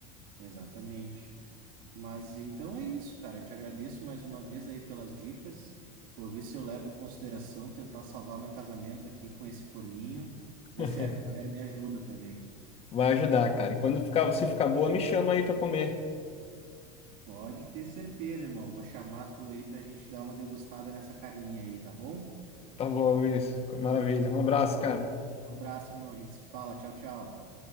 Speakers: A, on the right; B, on the left.
A: Exatamente. Mas então é isso, cara. Eu te agradeço mais uma vez aí pelas dicas. Vou ver se eu levo em consideração tentar salvar meu casamento aqui com esse forninho, ver
B: <laughs>
A: se a air fryer me ajuda também.
B: Vai ajudar, cara. E quando ficar, se ficar boa, me chama aí pra comer.
A: Pode ter certeza, irmão. Vou chamar tu aí pra gente dar uma degustada nessa carninha aí, tá bom?
B: Tá bom, Luiz. Maravilha. Um abraço, cara.
A: Um abraço, irmão. A gente se fala. Tchau, tchau.